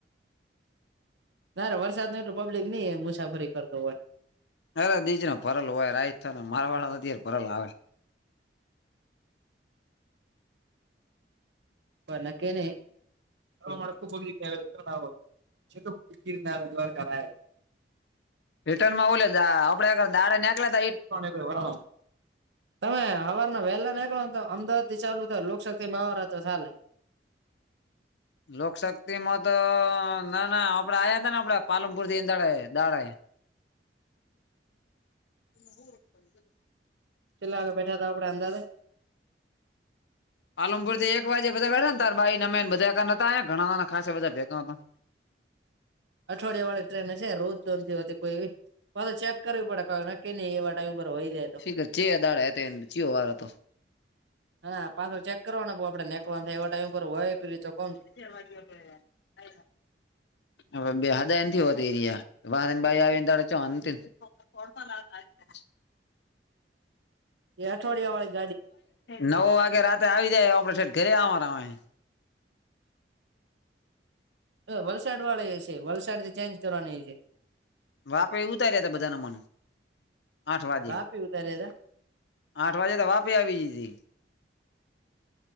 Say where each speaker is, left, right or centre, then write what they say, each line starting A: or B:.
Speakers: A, on the right (about 80°); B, on the left (about 70°).
A: નારે વરસાદ ન એટલું પબ્લિક નની મુસાફરી કરતો હોય.
B: અરે દીજ પરરલ હોય રાઈ થને મારવાડા અત્યારે પરલ આવે. <inaudible>
A: વ નાકેનીક- - <unintelligible> છ કીર ના દ્વારકા.
B: રિટર્નમાં આપડે દાે નેકલા
A: વરામ <unintelligible> તમે અવાર ના વહેલા નીકળો ને તો અમદાવાદ થી ચાલુ થ લોકશક્તિ માં અવાર તો ચાલે.
B: લોકશક્તિ માં તો ના ના આપડે આયા હતા ને આપડાે પાલનપુર થીંદાડા દાડાય. <inaudible>
A: ચેલે આગ બેઠા હતા આપડ અંદાજે?
B: આલમપુરથી એક વાગે બધાળાનેારાઈ નમેન બધા નતા્યા ઘણા ખાસ બધા ભેગા હતા.
A: અઠવાડિયા વાળી ટ્રેન હશે રોજ જોોન થી હોતી કોઈ એવી. હ તો ચેક કરવી પડે નક્કી નહ એવા ટાઈમ ઉપ હોય જાય તો.
B: શી ખબર ચે દાડે હતો ચિયો વાર હતો
A: હા પાછો ચેક કરવા ને આપડે નેકવા થાય એવા ટાઈમ ઉપર હોય રતે.
B: જ ભાગ આ- - <unintelligible> હવે બે હદાય હોત એરિયા વાહને બાાઈ આવીને ત ચવા લતા- - <unintelligible>
A: અઠવાડિયાવાળ છે.
B: નવ વાગે રાત્ર આવી જાય આપડ છેઠ ઘરે આવરા હોય.
A: હ વલસાડ વાળા એ છે વલસાડ થી ચેન્જ કરવાની છે.
B: વાપે એ ઉતાર્યા હતા બધાના મન આઠ વાગે.
A: વાપી ઉતાર્યા
B: આઠ વાજે તો વાપે આવી જઈથી.